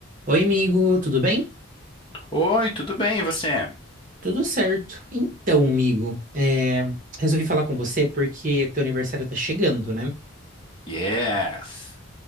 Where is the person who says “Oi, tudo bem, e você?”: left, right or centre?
Left